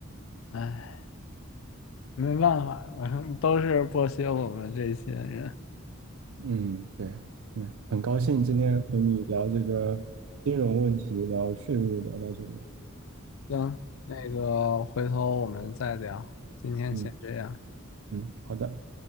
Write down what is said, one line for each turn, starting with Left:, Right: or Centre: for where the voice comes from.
Left: 哎。没办法，反正都是剥削我们这些人。
Right: 嗯，对，嗯，很高兴今天和你聊这个金融问题，聊税务，聊到这里。
Left: 行，那个回头我们再聊，今天先这样。
Right: 嗯嗯，好的。